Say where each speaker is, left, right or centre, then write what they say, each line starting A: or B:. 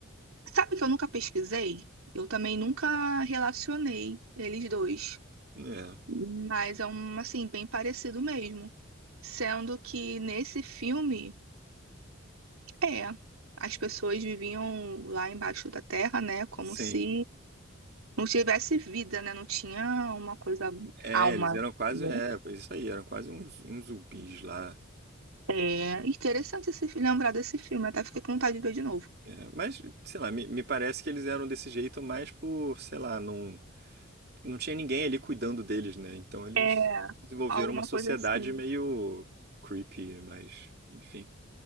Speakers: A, on the right; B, on the right.
A: Sabe que eu nunca pesquisei? Eu também nunca relacionei eles dois.
B: É,
A: Mas é um, assim, bem parecido mesmo. Sendo que nesse filme, é, as pessoas viviam lá embaixo da terra, né? Como
B: sim.
A: se não tivesse vida, né? Não tinha uma coisa,
B: É,
A: alma,
B: eles eram quase.
A: né?
B: É, pois isso aí, eram quase uns, uns zumbis lá.
A: É interessante esse, fi- lembrar desse filme, até fiquei com vontade de ver de novo.
B: É, mas, sei lá, me, me parece que eles eram desse jeito mais por, sei lá, não, não tinha ninguém ali cuidando deles, né? Então eles
A: É,
B: desenvolveram
A: alguma
B: uma sociedade
A: coisa assim.
B: meio creepy, mas, enfim.